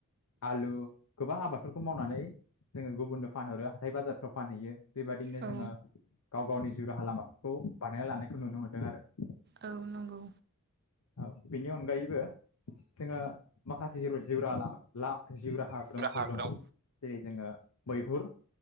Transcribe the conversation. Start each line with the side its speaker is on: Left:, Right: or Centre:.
Left: आलु गोबां आबादफोरखौ मावनानै जोङो गुबुननो फानहरो हाथाय बाजारफ्राव फानहैयो बेबायदिनो
Right: औ
Left: जोङो गाव गावनि जिउ राहा लामाफोरखौ बानायना लानायखौ नुनो मोनदों आरो।
Right: औ नंगौ
Left: औ बिनि अनगायैबो जोङो माखासे <unintelligible> <unintelligible> जिउ राहाफोर
Right: राहाफ्राव
Left: दङ जेरै जोङो मैहुर